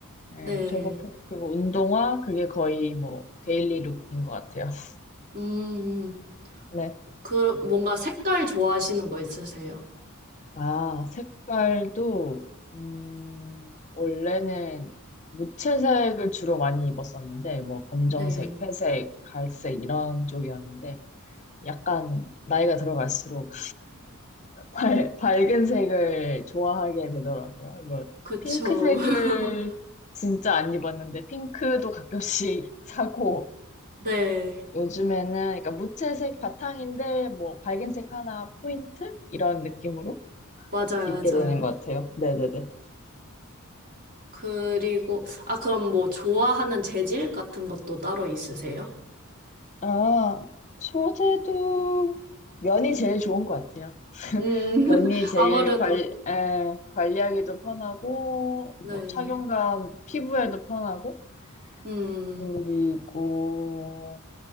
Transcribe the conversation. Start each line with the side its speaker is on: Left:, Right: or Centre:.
Left: 네,
Right: 네.
Left: 조거 팬츠, 그리고 운동화? 그게 거의 뭐, 데일리 룩인 것 같아요. <laughs>
Right: 음, 음.
Left: 네.
Right: 그 뭔가 색깔 좋아하시는 거 있으세요?
Left: 아, 색깔도, 음, 원래는 무채색을 주로 많이 입었었는데, 뭐, 검정색,
Right: 네.
Left: 회색, 갈색, 이런 쪽이었는데, 약간 나이가 들어갈수록 밝, 밝은 색을 좋아하게 되더라고요. 뭐,
Right: 그쵸.
Left: 핑크색을
Right: <laughs>
Left: 진짜 안 입었는데, 핑크도 가끔씩 <laughs> 사고,
Right: 네.
Left: 요즘에는, 그러니까 무채색 바탕인데, 뭐, 밝은 색 하나 포인트? 이런 느낌으로
Right: 맞아요,
Left: 입게
Right: 맞아요.
Left: 되는 것 같아요. 네네네.
Right: 그리고, 아, 그럼 뭐, 좋아하는 재질 같은 것도 따로 있으세요?
Left: 아, 소재도 면이 제일 좋은 것 같아요.
Right: 음,
Left: 면이
Right: <laughs>
Left: 제일
Right: 아무래도,
Left: 관, 에, 관리하기도 편하고,
Right: 네.
Left: 뭐, 착용감, 피부에도 편하고,
Right: 음,
Left: 그리고,